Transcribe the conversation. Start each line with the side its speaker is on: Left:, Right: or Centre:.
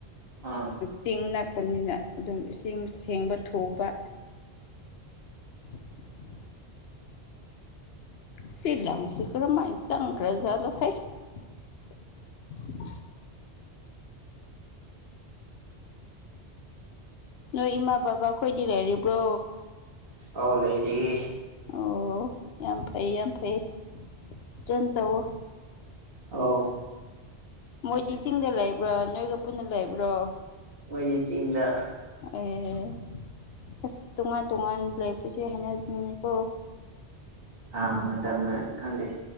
Right: ꯑꯥ
Left: ꯆꯤꯡ ꯅꯛꯄꯅꯤꯅ ꯑꯗꯨꯝ ꯏꯁꯤꯡ ꯁꯦꯡꯕ ꯊꯨꯕ ꯑꯟꯏꯟꯇꯦꯜꯂꯤꯖꯦꯕꯜ ꯁꯤ ꯂꯪꯁꯤ ꯀꯔ ꯃꯥꯥꯏ ꯆꯥꯡꯀ꯭ꯔꯂ ꯍꯥꯏ ꯑꯟꯑꯣꯗꯤꯕꯜ ꯅꯣꯏ ꯏꯃꯥ ꯕꯕꯥ ꯑꯩꯈꯣꯏꯗꯤ ꯂꯩꯔꯤꯕ꯭ꯔꯣ
Right: ꯑꯧ ꯂꯩꯔꯤꯌꯦ
Left: ꯑꯣ ꯌꯥꯝ ꯐꯩ ꯌꯥꯝ ꯐꯩ ꯐꯖꯅ ꯇꯧꯑꯣ
Right: ꯑꯧ
Left: ꯃꯣꯏꯗꯤ ꯆꯤꯡꯗ ꯂꯩꯕ꯭ꯔꯣ ꯅꯣꯏꯒ ꯄꯨꯟꯅ ꯂꯩꯕ꯭ꯔꯣ
Right: ꯃꯣꯏꯗꯤ ꯆꯤꯡꯗ
Left: ꯑꯦ ꯑꯁ ꯇꯣꯉꯥꯟ ꯇꯣꯉꯥꯟ ꯂꯩꯕꯁꯨ ꯌꯥ ꯍꯥꯏꯅꯅꯤꯡꯅꯤꯀꯣ
Right: ꯑꯥ ꯃꯇꯝꯅ ꯈꯪꯗꯦ